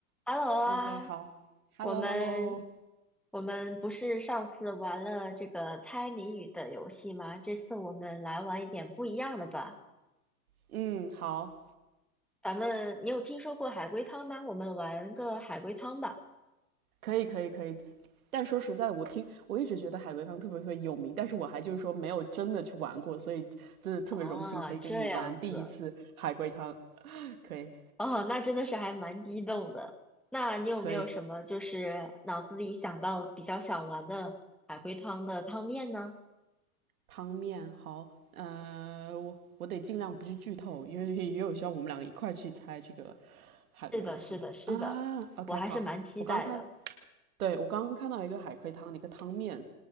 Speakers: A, in the centre; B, on the right.
A: Hello
B: OK，
A: 啊，
B: 好，Hello，Hello，
A: 我们我们不是上次玩了这个猜谜语的游戏吗？这次我们来玩一点不一样的吧。
B: 嗯，好，
A: 咱们，你有听说过海龟汤吗？我们玩个海龟汤吧。
B: 可以，可以，可以。但说实在的，我听我一直觉得海龟汤特别特别有名，但是我还就是说没有真的去玩过，所以真的特别荣幸可以跟你玩第一次海龟汤。
A: 哦，这样子，
B: 可以，
A: 哦，那真的是还蛮激动的。那你有没有什么就是脑子里想到比较想玩的海龟汤的汤面呢？
B: 可以，汤面好，呃，我我得尽量不去剧透，因为也有希望我们两个一块儿去猜这个海龟汤啊。
A: 是的，是的，是的，
B: OK，
A: 我还是蛮期待的。
B: 好，我刚看，对我刚刚看到一个海龟汤的一个汤面，